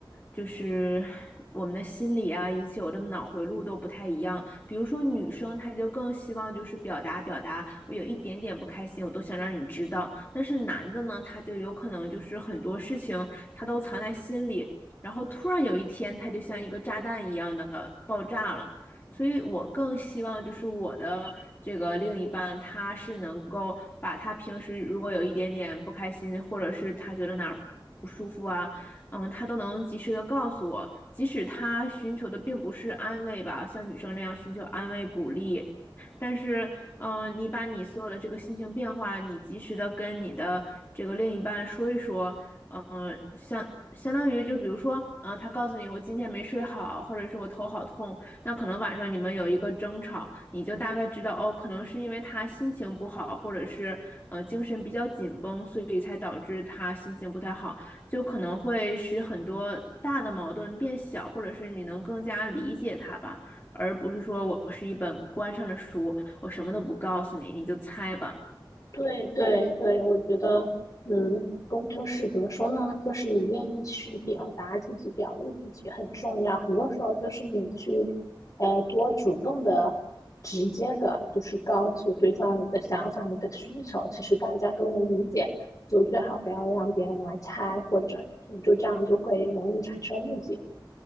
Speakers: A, on the left; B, on the left.
A: 就是我们的心理啊，以及我的脑回路都不太一样。比如说女生，她就更希望就是表达表达，我有一点点不开心，我都想让你知道。但是男的呢，他就有可能就是很多事情他都藏在心里，然后突然有一天，他就像一个炸弹一样的爆炸了。所以我更希望就是我的这个另一半，他是能够把他平时如果有一点点不开心，或者是他觉得哪儿不舒服啊，嗯，他都能及时的告诉我，即使他寻求的并不是安慰吧，像女生那样寻求安慰鼓励。但是，嗯、你把你所有的这个心情变化，你及时的跟你的这个另一半说一说，嗯、相相当于就比如说，嗯、他告诉你我今天没睡好，或者是我头好痛，那可能晚上你们有一个争吵，你就大概知道哦，可能是因为他心情不好，或者是呃精神比较紧绷，所以才导致他心情不太好，就可能会使很多大的矛盾变小，或者是你能更加理解他吧，而不是说我是一本关上的书，我什么都不告诉你，你就猜吧。
B: 对对对，我觉得，嗯，公就是怎么说呢？就是你愿意去表达自己、表露自己很重要。很多时候就是你去，呃，多主动的、直接的，就是告诉对方你的想法、你的需求，其实大家都能理解。就最好不要让别人来猜，或者就就这样就会容易产生误解。